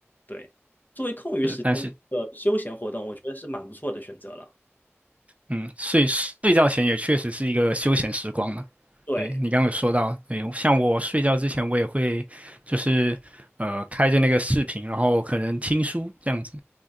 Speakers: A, on the left (about 40°); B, on the right (about 30°).
A: 对。作为空余时间的一个休闲活动，
B: 呃，但是
A: 我觉得是蛮不错的选择了。
B: 嗯，睡睡觉前也确实是一个休闲时光嘛。
A: 对，
B: 对，你刚刚有说到，对，像我睡觉之前，我也会就是呃开着那个视频，然后可能听书这样子，